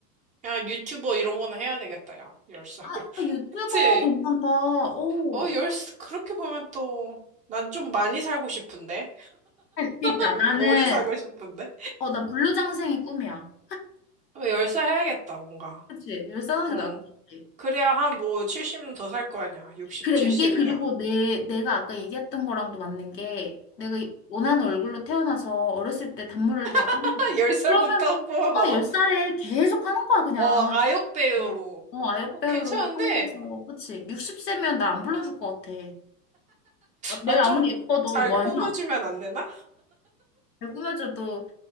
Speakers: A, on the right; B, on the left.
A: 야, 유튜버 이런 거는 해야 되겠다, 야. 10살.
B: 아,
A: <laughs>
B: 아, 유튜버
A: 그치?
B: 괜찮다. 어.
A: 어, 열 그렇게 보면 또, 난 좀 많이 살고 싶은데?
B: 아니, 그러니까
A: <laughs>
B: 나는
A: 오래 살고 싶은데?
B: 어, 난 불로장생이 꿈이야.
A: 어, 10살 해야겠다, 뭔가.
B: 그치? 열렇게 싸우는
A: 어.
B: 게 나을 것 같아.
A: 그래야 한 뭐 70년 더 살 거 아니야. 60,
B: 그래,
A: 70년.
B: 이게 그리고 내, 내가 아까 얘기했던 거랑도 맞는 게, 내가 원하는 얼굴로 태어나서 어렸을 때 단물을 다
A: <laughs>
B: 뺐는데,
A: 10살부터
B: 그러면,
A: 꼬아 먹어?
B: 어, 10살에 계속 하는 거야, 그냥.
A: 어, 아역 배우로.
B: 어, 어, 아역배우로
A: 어, 괜찮은데?
B: 성공해서, 그치? 60세면 나 안 불러줄 것 같아. 아,
A: 아,
B: 내가
A: 좀
B: 아무리 예뻐도
A: 잘
B: 뭐
A: 꾸며주면
B: 하냐?
A: 안 되나?
B: 잘 꾸며줘도